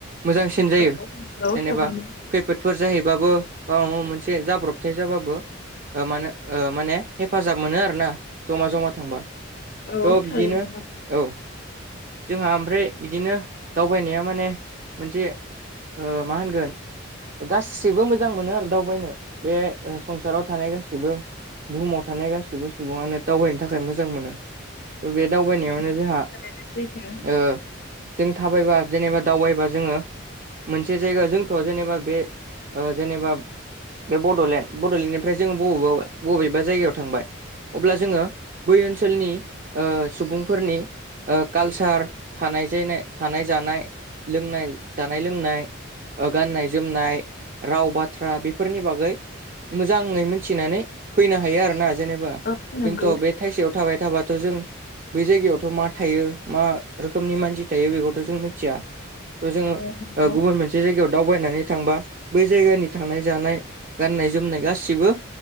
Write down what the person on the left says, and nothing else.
औ नंगौ
थारैनो
औ
थारैनो
नंगौ
थारैनो सैथो
औ नंगौ
औ नंगौ